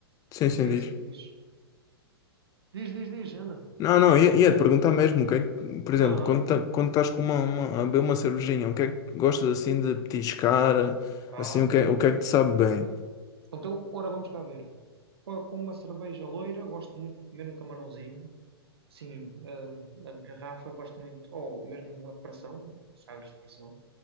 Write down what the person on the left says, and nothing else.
Sim, sim,
diz.
Não, não, ia, ia te perguntar mesmo, o que é que, por exemplo,
quando, tá- quando estás com uma, uma, a beber uma cervejinha, o que é que gostas assim de petiscar,
assim, o
que é, o que é que te sabe bem?